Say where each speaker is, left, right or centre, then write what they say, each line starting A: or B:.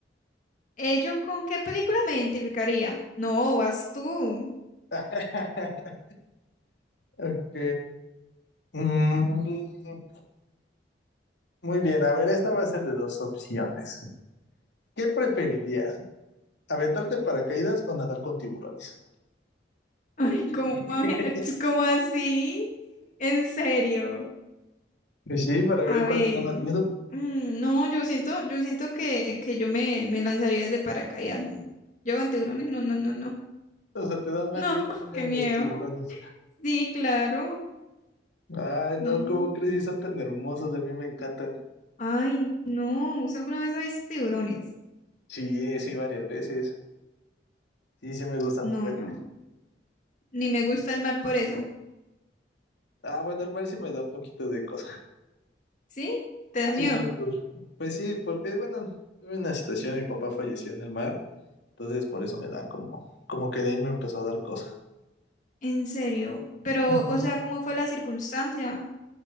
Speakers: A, on the left (about 45°); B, on the left (about 75°).
A: Eh, ¿Yo con qué película me identificaría? No, vas tú.
B: <laughs> Ok. Mm, muy bien, a ver, esta va a ser de dos opciones. ¿Qué preferirías? ¿Aventarte en paracaídas o nadar con tiburones?
A: Ay, ¿cómo,
B: <laughs>
A: voy a- <laughs> cómo así? En serio.
B: Pues Sí, para ver
A: A
B: cuál
A: ver,
B: te da más miedo.
A: mm, no, yo siento, yo siento que, que yo me, me lanzaría desde paracaídas, no. Yo con tiburones, no, no, no, no.
B: O sea, te dan más
A: No,
B: miedo
A: <laughs>
B: también
A: qué miedo.
B: los tiburones.
A: Sí, claro.
B: Ay,
A: No.
B: no,
A: no.
B: ¿cómo crees? Sí, son tan hermosos, a mí me encantan.
A: Ay, no. ¿Usted alguna vez ha visto tiburones?
B: Sí, sí, varias veces. Sí, sí, me gustan
A: No,
B: un buen.
A: yo. Ni me gusta el mar por eso.
B: Ah, bueno, el mar sí me da un poquito de cosa.
A: ¿Sí? ¿Te da
B: Sí,
A: miedo?
B: por- pues sí, porque, bueno, tuve una situación, mi papá falleció en el mar, entonces por eso me da como, como que de ahí me empezó a dar cosa.
A: En serio. Pero,
B: Ujú.
A: o sea, ¿cómo fue la circunstancia?